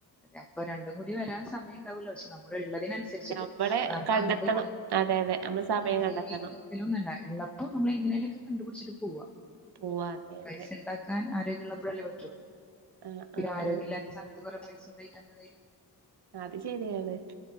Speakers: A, in the centre; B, on the right.
A: അപ്പൊ രണ്ടും കൂടി വരാൻ സമയംണ്ടാവല്ലോ പക്ഷെ നമ്മ നള്ളതിനനുസരിച്ചിട്ട്
B: നമ്മള്
A: നമുക്ക്
B: കണ്ടെത്തണം
A: അങ്ങോട്ട് പോ
B: അതെ അതെ നമ്മള് സമയം
A: സേവെയ്ത
B: കണ്ടെത്തണം
A: വക്കലൊന്നുംല്ല ഉള്ളപ്പോ നമ്മള എങ്ങനെലൊക്കെ കണ്ടുപിടിച്ചിട്ട പൂവാ
B: പോവാ അതെ
A: പൈസ
B: അതെ
A: ഉണ്ടാക്കാൻ ആരോഗ്യമള്ളപ്പോഴല്ലേ പറ്റുള്ളൂ
B: ആ
A: പിന്നെ
B: ആ
A: ആരോഗ്യം
B: ആ
A: ഇില്ലാത്ത സമയത്ത് കൊറെ പസ ഉണ്ടായിട്ട് എന്താ കാര്യം
B: അത് ശരിയാണ്